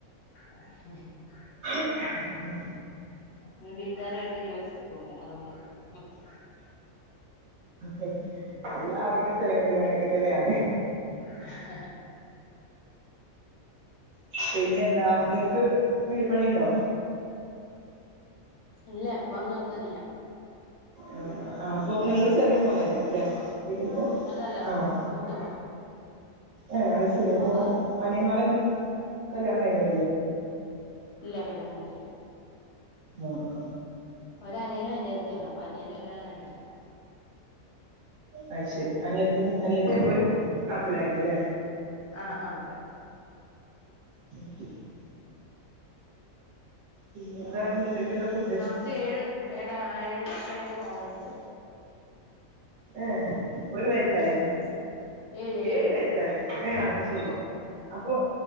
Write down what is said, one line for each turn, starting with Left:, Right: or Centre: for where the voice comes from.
Left: ഉം ഉം ഉം ഉം
Right: ഉം
Left: വി വീട്ടാരു ആയിട്ട് യോജിച്ച് പോവില്ല അതോണ്ട് അഹ്
Right: ങ് അതില് അധിക സ്ഥലങ്ങളിലുങ്ങനൊക്കെ തന്നെയാണേ
Left: ഹ - ഹ- ഹ
Right: പിന്നെന്താ നിങ്ങക്ക് വീട് പണി ഉണ്ടോ?
Left: ഇല്ല ഇപ്പൊന്നും എത്തുല്ല
Right: ആ് ആഹ് അപ്പൊ നിങ്ങള് ചെറിയ മോനായിരിക്കുല്ലേ? വീട്ടിലത്തെ
Left: അല്ലല്ല
Right: ആണോ?
Left: മൂത്ത മോൻ
Right: ഏഹ് അഹ് ശരി അപ്പൊ
Left: മൂത്തതാ
Right: അനിയന്മാരെൻ കല്യാണം കഴിഞ്ഞ്.
Left: ഇല്ല കല്ല്യാണം കയിഞ്ഞിട്ടില്ല
Right: മോനെ
Left: ഒരനിയനും അനിയത്തിയാണ് അപ്പൊ അനിയന്റെ കല്ല്യാണം കയിഞ്ഞിട്ടില്ല.
Right: അഹ് ശെരി അനിയത്തി അനിയത്തി <unintelligible> ഒരു നാത്തൂനായിരിക്കുല്ലേ
Left: ആഹ് ആഹ് അതെ
Right: <inaudible> പിന്നെ എന്താ പണി ഉച്ചയ്ക്ക്എന്താ ഫുഡ്?
Left: ഇച്ച് ഏഴ് ഏഴ ഏഴു വയസ്സായരു മോനുണ്ട്.
Right: ഏ ഒരു വയസ്സായേ?
Left: ഉം ഏഴ്
Right: ഏഴു
Left: ഏഴ്
Right: വയസായ ഏ അത് ശരി
Left: ഓ
Right: അപ്പൊ